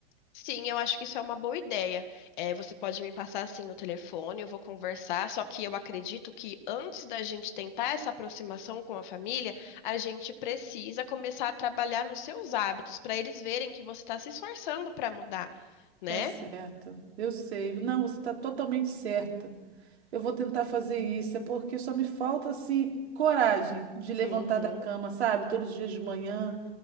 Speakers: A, on the left; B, on the right.
A: Sim, eu acho que isso é uma boa ideia. É, você pode me passar assim o telefone, eu vou conversar, só que eu acredito que antes da gente tentar essa aproximação com a família, a gente precisa começar a trabalhar nos seus hábitos, para eles verem que você está se esforçando para mudar, né?
B: Tá certa Eu sei. Não, você tá totalmente certa. Eu vou tentar fazer isso, é porque só me falta, assim, coragem de levantar
A: Uhum.
B: da cama, sabe? Todos os dias de manhã.